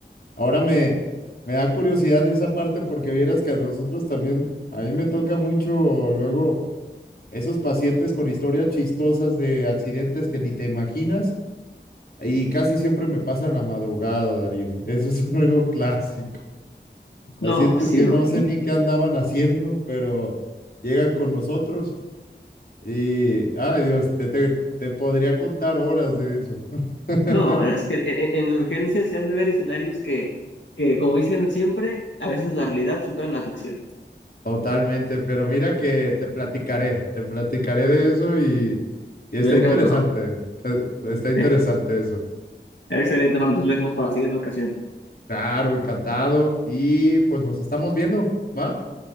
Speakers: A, on the left; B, on the left.
A: ahora me, me da curiosidad de esa parte porque vieras que a nosotros también, a mí me toca mucho luego esos pacientes con historias chistosas de accidentes que ni te imaginas y casi siempre me pasan la madrugada, Darío. Eso es <laughs> algo clásico. Pacientes
B: No, sí
A: que
B: me imagino.
A: no sé ni qué andaban haciendo, pero llegan con nosotros y, ay Dios, te, te, te podría contar horas de eso. <laughs>
B: No, es que en, en- en urgencias se han de ver escenarios que, que, como dicen siempre, a veces la realidad supera la ficción.
A: Totalmente, pero mira que te platicaré, te platicaré de eso y, y está
B: Yo he encantado.
A: interesante, eh, está interesante
B: Eh,
A: eso.
B: excelente, Marta, entonces lo dejamos para la siguiente ocasión.
A: Claro, encantado y pues nos estamos viendo, ¿va?